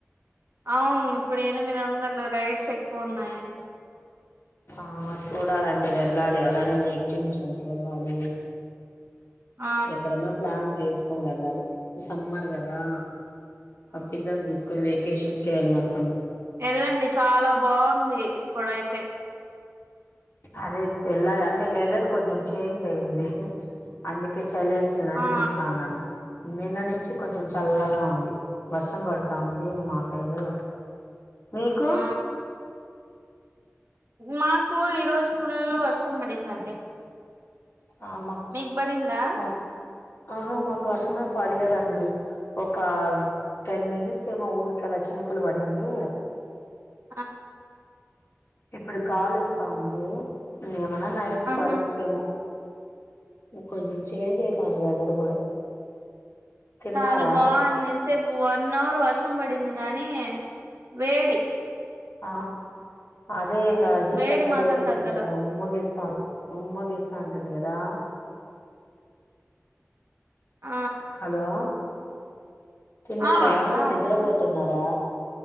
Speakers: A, on the right (about 55°); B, on the left (about 55°).
A: అవును ఇప్పుడు ఎనిమిదొందలు రైడ్స్ ఎక్ ఫోన్నాయండి
B: ఆ చూడాలండి వెళ్ళాలి అలానే ఎగ్జిమిషన్కి వెళ్ళాలి
A: ఆ!
B: ఎక్కడన్నా ప్లాన్ చేసుకొని వెళ్ళాలి సమ్మర్ గదా మా పిల్లోల్లని తీసుకొని వెేకేషన్ కేర్న <inaudible>
A: వెళ్ళండి చాలా బావుంది ఇప్పుడైతే
B: అదే ఎల్లాలి అంటే వెదర్ కొంచం చేంజ్ అయింది అందు చలేస్తుందని
A: ఆ!
B: చూస్తా ఉన్నాను నిన్న నించి కొంచెం చల్లగా ఉంది వర్షం పడుతా ఉంది మా సైడు మీకు
A: ఆ! మాకు ఈ రోజు ఫుల్లు వర్షం పడిందండి
B: ఆ మా
A: మీక్ బడిందా
B: మా ఆహా మాకు వర్షం ఏం పడలేదండి ఒక టెన్ మినిట్స్ ఏమో ఊరికే అలా చినుకులు పడింది
A: ఆ
B: ఇప్పుడు గాలొస్తావుంది <unintelligible> <unintelligible> నైట్
A: ఆహా!
B: పడచ్చేమో కొంచెం చేంజ్ ఐతాంది వెదర్ కూడా తిన్నారా
A: చాలా బావుంది ఎంచేపు వన్ అవర్ వర్షం పడింది గాని వేడి
B: ఆ అ అదే నా హీట్
A: వేడి
B: అంతా
A: మాత్రం
B: లేపేసుకుంటుంది
A: తగ్గల.
B: మొదటి సారి ఉమ్మా విస్టా ఉంటది కదా.
A: ఆ!
B: హలో తిన్నారా
A: ఆ! ఆ!
B: నిద్రపోతున్నారా?
A: చెప్పండి.